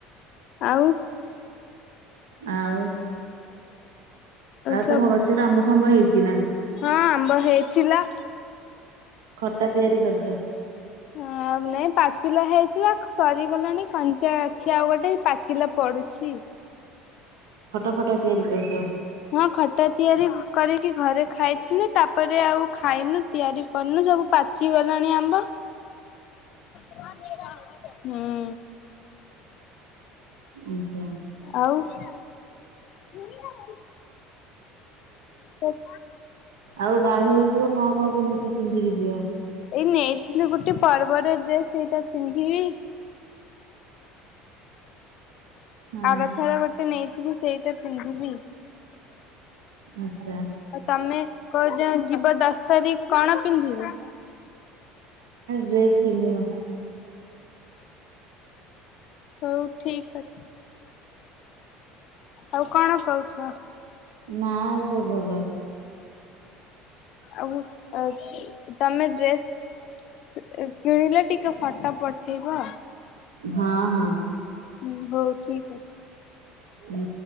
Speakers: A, on the left (about 60°); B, on the right (about 85°).
A: ଆଉ
B: ଆଉ ଆ
A: ସବୁ
B: ତମ ଗଛରେ ଆମ୍ବ ଫାମ୍ବ ହେଇଛି। ଚିନା
A: ହଁ ଆମ୍ବ ହେଇଥିଲା।
B: ଖଟା ତିଆରି କରୁଛ?
A: ହ ନାଇଁ ପାଚିଲା ହେଇଥିଲା ସରିଗଲାଣି କଞ୍ଚା ଅଛି ଆଉ ଗୋଟେ ପାଚିଲା ପଡୁଛି।
B: ଖଟା ଫଟା ତିଆରି କରିଛ
A: ହଁ ଖଟା ତିଆରି କରିକି ଘରେ ଖାଇଥିନୁ ତାପରେ ଆଉ ଖାଇନୁ ତିଆରି କରିନୁ ସବୁ ପାଚିଗଲାଣି ଆମ୍ବ ହୁଁ।
B: ଆଛା।
A: ଆଉ ହ <inaudible> ଅଛି
B: ଆଉ ବାହାଘରକୁ ଯିବ? ହଁ କଣ କେମିତି ପିନ୍ଧିକି ଯିବ?
A: ଏଇ ନେଇଥିଲୁ ଗୋଟେ ପରବ ରେ ଡ୍ରେସ ସେଇଟା ପିନ୍ଧିବି
B: ହଁ
A: ଆରଥର ଗୋଟେ ନେଇଥିଲୁ ସେଇଟା ପିନ୍ଧିବି
B: ଆଚ୍ଛା
A: ଆଉ ତମେ? କହୁଛ ଯିବ ଦଶ ତାରିଖ କଣ ପିନ୍ଧିବ?
B: ଡ୍ରେସ ପିନ୍ଧିବି।
A: ହଉ ଠିକ ଅଛି। ଆଉ କଣ କରୁଛ?
B: ନା ଆଉ ସବୁ ଭଲ।
A: ଆଉ ଉ ତମେ ଡ୍ରେସ୍ କି କିଣିଲେ? ଟିକେ ଫଟୋ ପଠେଇବ।
B: ହଁ ହଁ
A: ହୁଁ ହଉ ଠିକ ଅଛି।
B: ହୁଁ।